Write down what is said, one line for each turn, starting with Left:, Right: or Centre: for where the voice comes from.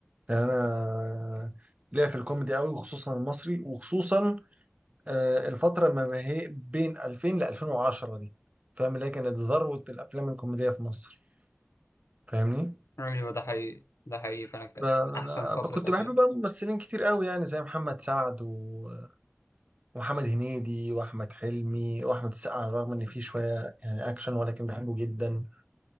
Right: يعني انا ليا في الكوميدي قوي وخصوصا المصري وخصوصا آه، الفترة ما هي بين 2000 ل 2010 دي فاهم اللي هي كانت ذروة الأفلام الكوميدية في مصر فاهمني؟
Left: ايوه ده حقيقي ده حقيقي فعلا كده
Right: فأنا
Left: احسن فتره
Right: ب- كنت بحب
Left: افلام
Right: بقى ممثلين كتير قوي يعني زي محمد سعد و- ومحمد هنيدي وأحمد حلمي وأحمد السقا على الرغم إن فيه شوية يعني أكشن ولكن بحبه جدا